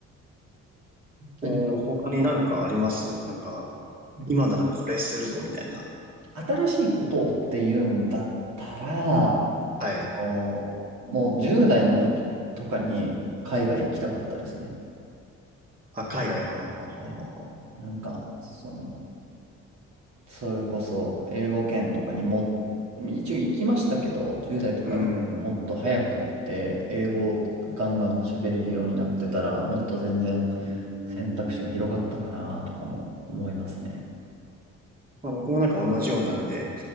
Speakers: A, on the right; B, on the right.
A: こう、
B: 何か、
A: 他になんかありますなんか、
B: うん
A: 今ならこれするぞ、みたいな。
B: 新しいことをっていうんだったら、
A: はい。
B: えっと、もう10代の時とかに海外行きたかったですね。
A: あ、海外、はあ、はあはあはあはあ。
B: はい。なんか、その、それこそ英語圏とかにも、一応行きましたけど、10代とかでもっと早く行って、
A: うん。
B: 英語ガンガン喋れるようになってたら、もっと全然
A: うんうんうん
B: 選択肢が広がったかなとかも思いますね。
A: まあ、僕もなんか同じようなあれで、